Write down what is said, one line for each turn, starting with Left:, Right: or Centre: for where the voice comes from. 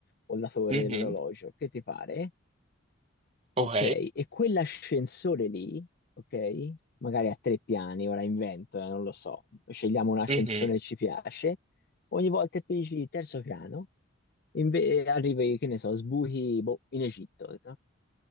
Left: o la torre
Right: Mhm.
Left: dell'orologio, che ti pare?
Right: Ok,
Left: Ok, e quell'ascensore lì, ok, magari a tre piani, ora invento, eh, non lo so, scegliamo un ascensore
Right: Mhm.
Left: che ci piace, ogni volta che dici terzo piano, inve- arrivi, che ne so, sbuchi, boh, in Egitto.